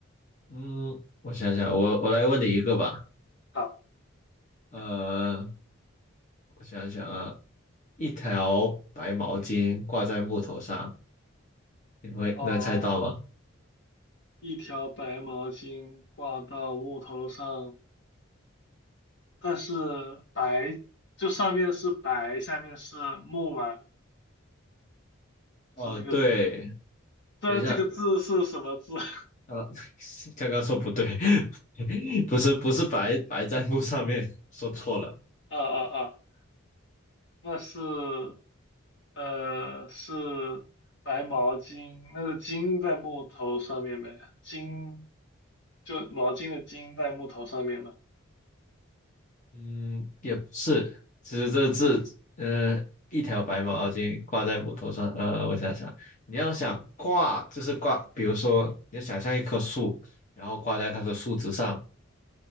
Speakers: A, on the left; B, on the left.
A: 嗯，我想想，我我来问你一个吧。
B: 好，
A: 呃，我想想啊，一条白毛巾挂在木头上，你会能猜到吗？
B: 哦，一条白毛巾挂到木头上，但是白就上面是白，下面是木嘛，
A: 哦，
B: 是这个，
A: 对，
B: 但这个字是什么字？
A: 等一下，
B: <laughs>
A: 呃，<laughs> 刚刚说不对，<laughs> 不是不是白白在木上面，说错了，
B: 啊啊啊，那是，呃，是白毛巾，那个巾在木头上面呗，巾就毛巾的巾在木头上面嘛。
A: 嗯，也不是，其实这字，呃，一条白毛巾挂在木头上，呃，我想想，你要想挂就是挂，比如说你要想象一棵树，然后挂在它的树枝上，
B: 嗯，